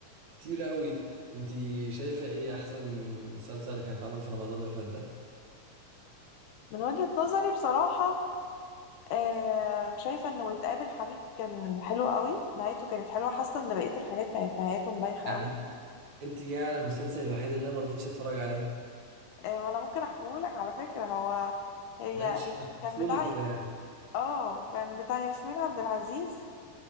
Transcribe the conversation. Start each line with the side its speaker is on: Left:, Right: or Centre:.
Right: كتير قوي انت شايفه ايه احسن مسلسل كان اتعمل في رمضان اللي فات ده
Left: من وجهة نظري بصراحة آه شايفة انه وتقابل حبيب كان حلو قوي نهايته كانت حلوة حاسة ان بقية الحاجات كانت نهايته مبايخة
Right: يعني
Left: قوي
Right: انت جايه على المسلسل الوحيد اللي انا ما رضيتش اتفرج عليه
Left: إيه، ما انا ممكن احكيهولك على فكرة هو هي
Right: ماشي
Left: يس-
Right: نخلصه
Left: كان بتاع
Right: لي كده يعني
Left: اه كان بتاع ياسمين عبد العزيز